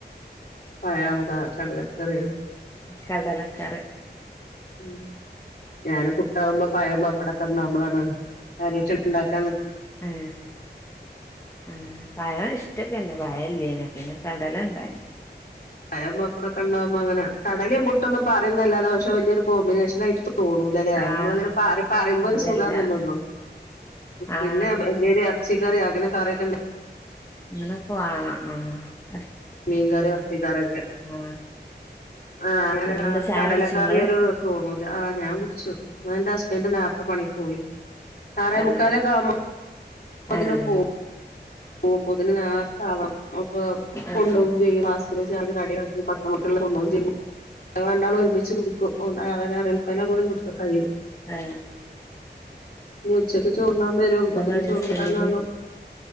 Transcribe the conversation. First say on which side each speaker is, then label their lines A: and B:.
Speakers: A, on the left (about 55°); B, on the left (about 15°).
A: പയ്യാ അതോ കടലക്കറ്യോ
B: കടലക്കറി
A: <inaudible> മ് ഞാന് പുട്ടാവുമ്പോ പായം പപ്പടൊക്കെ ഇണ്ടാവുമ്പോളാണ് കര്യായിട്ട് ഇണ്ടാക്കാൻ നി
B: ഏ ഏ പഴം ഇഷ്ടൊക്കെന്നെ പയെല്ലേനി പിന്നെ കടല ണ്ടായി
A: പയോം പപ്പടൊക്കെണ്ടാവുമ്പോങ്ങനെ കടലേം പുട്ടൊന്നും റിയെന്നല്ലാതെ ഇജ്ജ് വല്യൊരു കോമ്പിനേഷമായിട്ട് തോ തോണൂലല്ലേ
B: ആഹ്
A: നമ്മളങ്ങനെ പറി പറിമ്പം
B: ഇല്ലല്ല
A: ഒരു സുഖം തെന്നെള്ളൂ
B: ആഹ്
A: പിന്നെ എന്തെ റച്ചിറിയൊ അങ്ങനെ കറിയൊക്കെണ്ടെ
B: അങ്ങനൊക്കെവാണം ആ
A: മീൻകറി ഇറച്ചിക്കറൊക്കെ
B: ആഹ്
A: ആ <inaudible> അങ്ങനെ
B: പിന്നെന്താ ചായുടിച്ചോ
A: കടലക്കറി
B: ഇങ്ങള്
A: ഒരു തോന്നൂല്ല ആ ഞാൻ കുടിച്ചു എ അന്റെ നേർത്തെ പണിക്കോയി ആറെ
B: ആഹ്
A: മുക്കാലൊക്കെ ആകുമ്പോത്തിന്
B: ആഹ്
A: പോകും ഓ അപ്പൊത്തിന് നേർത്തെ ആവണം അപ്പൊ
B: ആഹ്
A: കൊണ്ടവും ചെയ്യും പ്ലാസ്കില് ചായെം കടിയാക്കി പത്ത്മണിക്കില്ലെ കൊണ്ടോവും ചെയ്യും <inaudible> ഞങ്ങളാ രണ്ടാളോരുമിച്ച് കുടുക്കും തോണ്ട് ആറര ആറേമുക്കാലാകുമ്പോ <unintelligible> കഴിയും
B: ഏ
A: ഇനി ഉച്ചക്ക് ചോർന്നാൻ ബെരും അപ്പോത്തിന്
B: പണി
A: ചോറുകൂട്ടാനാകണം
B: ഹസ്ബന്റിന്